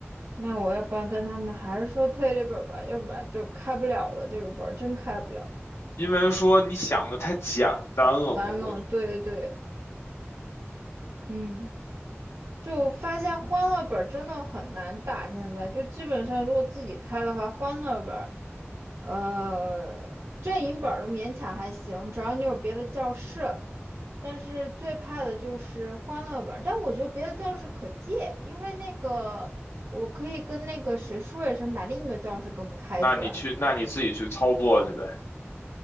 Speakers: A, on the right (about 70°); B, on the left (about 80°).
A: 那我要不然跟他们还是说推理本儿吧，要不然就开不了了，这个本儿真开不了，
B: 因为说你想的太简单了嘛，
A: 完了，
B: 我
A: 对对，嗯。就发现欢乐本儿真的很难打，现在就基本上如果自己开的话，欢乐本儿，呃，阵营本儿都勉强还行，只要你有别的教室。但是最怕的就是欢乐本儿，但我觉得别的教室可借，因为那个我可以跟那个谁说一声，把另一个教室给我们开出来，
B: 那你去那你自己去操作去呗，